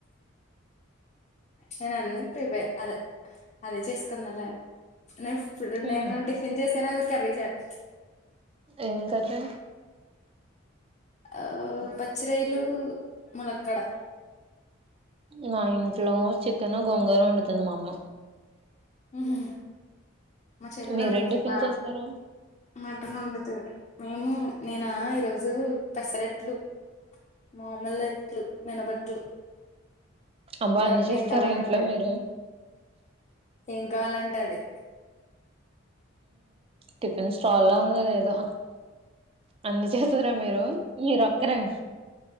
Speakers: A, on the left; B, on the right.
A: నేను అన్నీ ప్రీపే అదే అదే చేసుకుందలా నేను ఇప్పుడు
B: ఉహు.
A: నేను టిఫిన్ చేసాను అది కర్రీ చేస్తా
B: ఏం కర్రీ
A: ఆ పచ్చి రొయ్యలు మూలకడ్డ
B: మా ఇంట్లో చికెన్ గోంగర వండుతుంది మా అమ్మ
A: హ మ చెల్లి
B: మీరేం
A: వండుతారది
B: టిఫిన్
A: బాగా
B: చేసారు
A: మటన్ వండుతది మేము నేనా ఈరోజు పెసరెట్లు మామూలు ఎట్లు మినబట్లు
B: అబ్బా
A: ఎవరిక
B: అన్ని చేస్తారా
A: ఏం కావాలంటది
B: ఇంట్లో మీరు
A: ఏం కావాలంటది
B: టిఫిన్ స్టాల్లా ఉందా లేదో అన్ని చేతారా మీరు మీరు వస్తారా